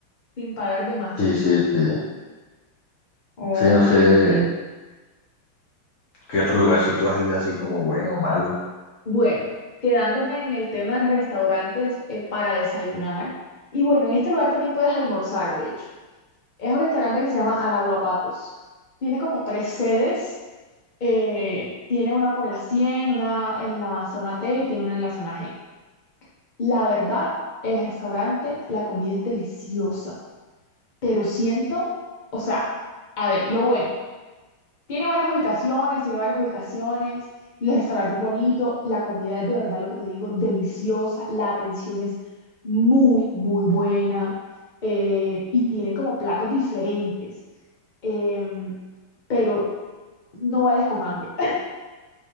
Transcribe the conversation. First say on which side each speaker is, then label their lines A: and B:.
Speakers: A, on the left; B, on the left.
A: sin pagar de más.
B: Sí, sí, sí.
A: Ok,
B: Sí, no sé
A: ok.
B: qué otro lugar si tú has ido así como bueno o malo.
A: Bueno, quedándome en el tema de restaurantes eh, para desayunar. Y bueno, en este lugar también puedes almorzar, de hecho. Es un restaurante que se llama Alaguapatos. Tiene como tres sedes. eh, tiene una por la 100, una en la zona T y tiene una en la zona G. La verdad, el restaurante, la comida es deliciosa, pero siento, o sea, a ver, lo bueno, tiene buenas ubicaciones, tiene varias ubicaciones, el restaurante es bonito, la comida es de verdad lo que te digo, deliciosa, la atención es muy, muy buena eh, y tienen como platos diferentes, em, pero no vayas con hambre.